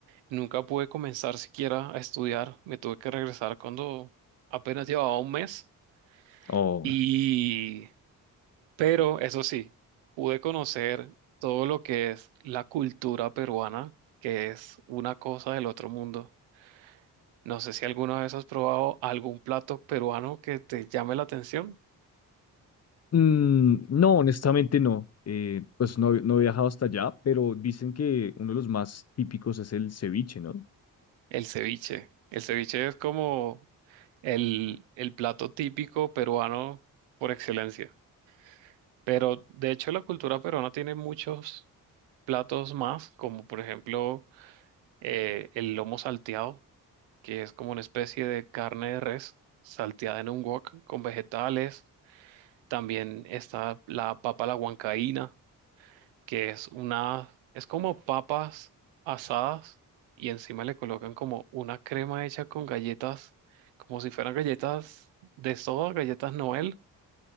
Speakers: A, on the right; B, on the left.
A: Nunca pude comenzar siquiera a estudiar. Me tuve que regresar cuando apenas llevaba un mes.
B: Oh.
A: Y, pero eso sí, pude conocer todo lo que es la cultura peruana, que es una cosa del otro mundo. No sé si alguna vez has probado algún plato peruano que te llame la atención.
B: Mm, no, honestamente no. Eh, pues no, no he viajado hasta allá, pero dicen que uno de los más típicos es el ceviche, ¿no?
A: El ceviche. El ceviche es como el, el plato típico peruano por excelencia. Pero de hecho la cultura peruana tiene muchos platos más, como por ejemplo eh, el lomo salteado, que es como una especie de carne de res salteada en un wok con vegetales. También está la papa a la huancaína que es una, es como papas asadas y encima le colocan como una crema hecha con galletas, como si fueran galletas de soda, galletas Noel,